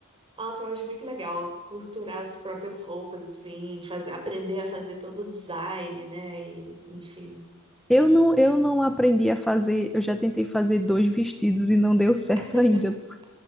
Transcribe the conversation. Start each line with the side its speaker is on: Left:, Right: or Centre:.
Right: Nossa, eu acho muito legal costurar as próprias roupas, assim, fazer, aprender a fazer todo o design, né? E, enfim.
Centre: Eu não, eu não aprendi a fazer, eu já tentei fazer dois vestidos e não deu certo
Right: <laughs>
Centre: ainda.